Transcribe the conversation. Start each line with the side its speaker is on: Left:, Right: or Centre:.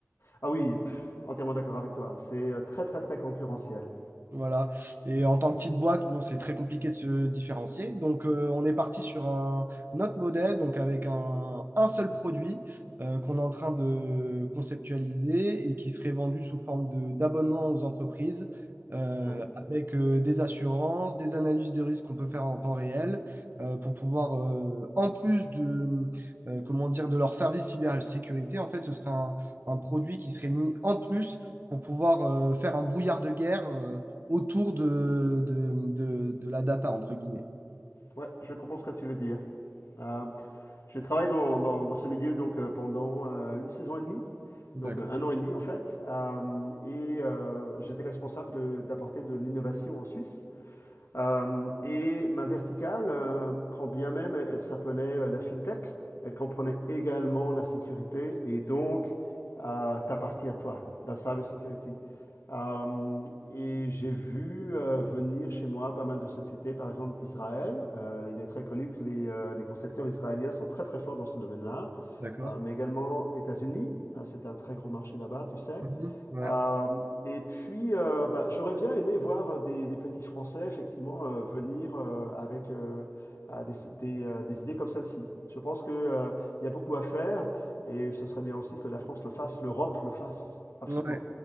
Left: Ah oui, pff, entièrement d'accord avec toi. C'est euh, très très très concurrentiel.
Right: Voilà. Et en tant que petite boîte, bon, c'est très compliqué de se différencier. Donc, euh, on est parti sur un autre modèle, donc avec un, un seul produit euh, qu'on est en train de conceptualiser et qui serait vendu sous forme de, d'abonnement aux entreprises euh,
Left: Oui.
Right: avec euh, des assurances, des analyses de risque qu'on peut faire en temps réel euh, pour pouvoir, euh, en plus de, euh, comment dire, de leur service cybersécurité, en fait, ce serait un, un produit qui serait mis en plus pour pouvoir euh, faire un brouillard de guerre. euh, autour de, de, de- de la data, entre guillemets.
Left: Ouais, je comprends ce que tu veux dire. Euh, J'ai travaillé dans, dans, dans, ce milieu donc, euh, pendant euh, une saison et demie,
Right: D'accord.
Left: donc euh, un an et demi en fait, euh, et euh, j'étais responsable de- d'apporter de l'innovation en Suisse. Euh, et ma verticale, euh, quand bien même elle elle s'appelait euh, la FinTech, elle comprenait également la sécurité et donc euh, ta partie à toi, la cybersecurity. Euh, et j'ai vu euh, venir chez moi pas mal de sociétés, par exemple d'Israël. Euh, il est très connu que les, euh, les concepteurs israéliens sont très très forts dans ce domaine-là,
Right: D'accord.
Left: Euh, mais également États-Unis. hein, c'est un très gros marché là-bas, tu sais.
Right: Mhm. Ouais.
Left: Euh, et puis, euh, bah, j'aurais bien aimé voir euh, des, des petits Français, effectivement, euh, venir euh, avec euh, ah, des, des, euh, des idées comme celle-ci. Je pense que, euh, il y a beaucoup à faire et ce serait bien aussi que la France le fasse, l'Europe le fasse. Absolument.
Right: Ouais.